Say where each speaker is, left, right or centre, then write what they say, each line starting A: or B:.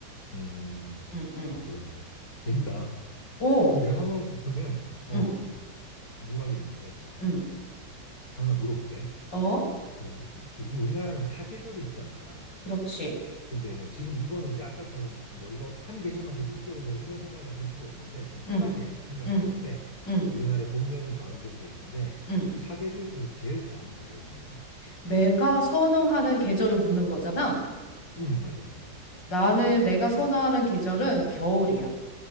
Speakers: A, on the left (about 55°); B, on the left (about 80°).
A: 음,
B: 응, 응,
A: 어, 그러네. 재밌다.
B: 응. 어,
A: 그 내가 한번 그러면 어
B: 응,
A: 궁금한 게 있는데
B: 응,
A: 하나 물어볼게.
B: 어,
A: 그 요즘 우리나라는 사계절이 있잖아.
B: 그렇지.
A: 근데 뭐 지금 이거는 이제 아까처럼 무슨 뭐 이거 한 계절만 계속 있어야 된다 뭐 이런 생각은 할 필요 없는데 좀 편하게
B: 응,
A: 생각했을
B: 응,
A: 때
B: 응,
A: 우리나라에 봄, 여름, 가을, 겨울이 있는데
B: 응.
A: 이 사계절 중에서 제일 좋아하는 계절이 뭐야?
B: 내가 선호하는 계절을 묻는 거잖아.
A: 음, 맞아, 맞아.
B: 나는 내가 선호하는 계절은 겨울이야.